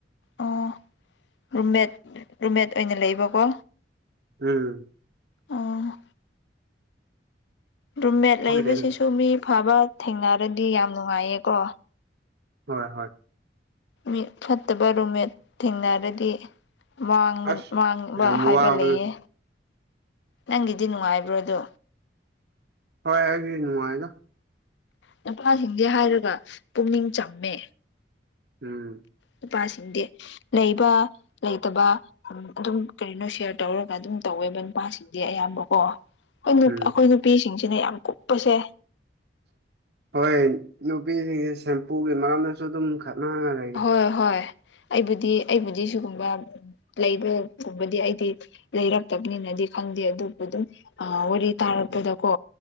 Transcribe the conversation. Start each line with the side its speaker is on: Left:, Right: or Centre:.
Left: ꯑꯣ ꯔꯨꯝꯃꯦꯠ ꯔꯨꯝꯃꯦꯠ ꯑꯣꯏꯅ ꯂꯩꯕꯀꯣ
Right: ꯎꯝ
Left: ꯑꯣ ꯔꯨꯝꯃꯦꯠ ꯂꯩꯕꯁꯤꯁꯨ
Right: ꯍꯣꯏꯔꯦꯟ
Left: ꯃꯤ ꯐꯕ ꯊꯦꯡꯅꯔꯗꯤ ꯌꯥꯝ ꯅꯨꯡꯉꯥꯏꯌꯦꯀꯣ
Right: ꯍꯣꯏ ꯍꯣꯏ
Left: ꯃꯤ ꯐꯠꯇꯕ ꯔꯨꯝꯃꯦꯠ ꯊꯦꯡꯅꯔꯗꯤ ꯃꯥꯡꯕꯅ‌ꯦ
Right: ꯑꯁ
Left: ꯃꯥꯡꯕ
Right: ꯌꯥꯝ
Left: ꯍꯥꯏꯕ
Right: ꯋꯥꯕꯗꯨ
Left: ꯂꯩꯌꯦ ꯅꯪꯒꯤꯗꯤ ꯅꯨꯡꯉꯥꯏꯕ꯭ꯔꯣꯗꯣ
Right: ꯍꯣꯏ ꯍꯥꯏ ꯅꯨꯡꯉꯥꯏꯗꯣ
Left: ꯅꯨꯄꯥꯁꯤꯡꯖꯦ ꯍꯥꯏꯔꯒ ꯄꯨꯛꯅꯤꯡ ꯆꯝꯃꯦ
Right: ꯎꯝ
Left: ꯅꯨꯄꯥꯁꯤꯡꯗꯤ ꯂꯩꯕ ꯂꯩꯇꯕ ꯑꯗꯨꯝ ꯀꯔꯤꯅꯣ ꯁꯤꯌꯥꯔ ꯇꯧꯔꯒ ꯑꯗꯨꯝ ꯇꯧꯋꯦꯕ ꯅꯨꯄꯥꯁꯤꯡꯗꯤ ꯑꯌꯥꯝꯕꯀꯣ ꯑꯩꯈꯣꯏ
Right: ꯎꯝ
Left: ꯅꯨꯄꯤꯁꯤꯡꯁꯤꯅꯦ ꯌꯥꯝ ꯀꯨꯞꯄꯁꯦ
Right: ꯍꯣꯏ ꯅꯨꯄꯤꯁꯤꯡꯁꯦ ꯁꯦꯝꯄꯨꯒꯤ ꯃꯔꯝꯗꯁꯨ ꯑꯗꯨꯝ ꯈꯠꯅꯒꯅꯤ
Left: ꯍꯣꯏ ꯍꯣꯏ ꯑꯩꯕꯨꯗꯤ ꯑꯩꯕꯨꯗꯤ ꯁꯤꯒꯨꯝꯕ ꯂꯩꯕꯒꯨꯝꯕꯗꯤ ꯑꯩꯗꯤ ꯂꯩꯔꯛꯇꯕꯅꯤꯅꯗꯤ ꯈꯪꯗꯦ ꯑꯗꯨꯕꯨ ꯑꯗꯨꯝ ꯋꯥꯔꯤ ꯇꯥꯔꯛꯄꯗꯀꯣ